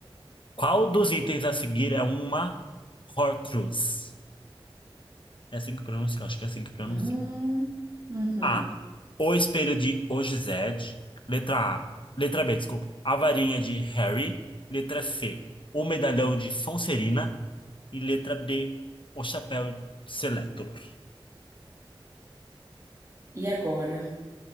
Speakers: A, on the left; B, on the right.
A: Qual dos itens a seguir é uma Horcrux? É assim que pronuncia? Eu Acho que é assim que pronuncia.
B: Hum, uhum.
A: A. O espelho de Ogized. Letra A. Letra B, desculpa. A varinha de Harry. Letra C. O medalhão de Sonserina. E letra D. O chapéu de Seletor.
B: E agora?